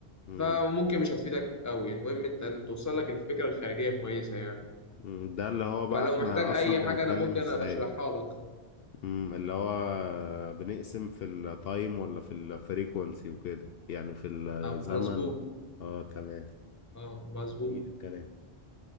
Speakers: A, on the left; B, on the left.
A: امم
B: فممكن مش هتفيدك قوي المهم انت توصل لك الفكره الخارجيه كويسه يعني
A: أمم. ده اللي هو بقى
B: فلو
A: احنا
B: محتاج اي
A: اصلا بنتكلم
B: حاجه انا ممكن
A: ازاي
B: اشرحها لك
A: امم اللي هو بنقسم في التايم ولا في الفريكونسي وكده يعني في الزمن
B: اه مظبوط
A: ولا اه تمام
B: اه مظبوط
A: جميل الكلام